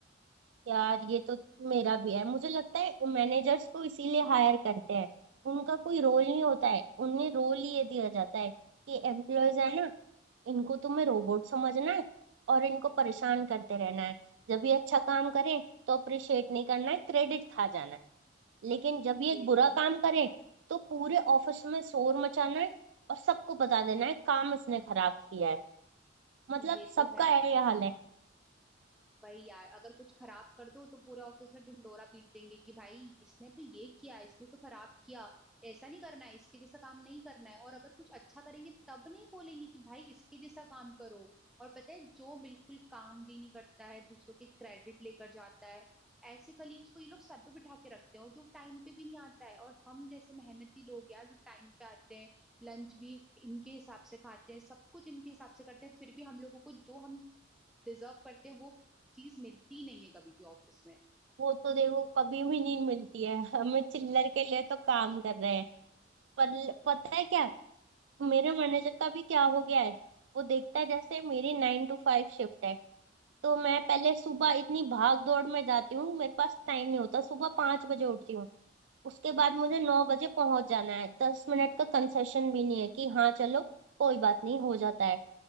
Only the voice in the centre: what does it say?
ये
तो
है
ये
तो है
वही यार अगर कुछ खराब कर दो तो पूरा ऑफिस में ढिंडोरा पीट देंगे कि भाई इसने तो ये किया इसने तो खराब किया ऐसा नहीं करना है इसके जैसा काम नहीं करना है और अगर कुछ अच्छा करेंगे तब नहीं बोलेंगे कि भाई इसके जैसा काम करो और पता है जो बिल्कुल काम भी नहीं करता है दूसरों के क्रेडिट लेकर जाता है ऐसे कलीग्स को ये लोग सर पे बिठा के रखते हैं और जो टाइम पे भी नहीं आता है और हम जैसे मेहनती लोग यार जो टाइम पे आते हैं लंच भी इनके हिसाब से खाते हैं सब कुछ इनके हिसाब से करते हैं फिर भी हम लोगों को जो हम डिजर्व करते हैं वो चीज मिलती नहीं है कभी भी ऑफिस में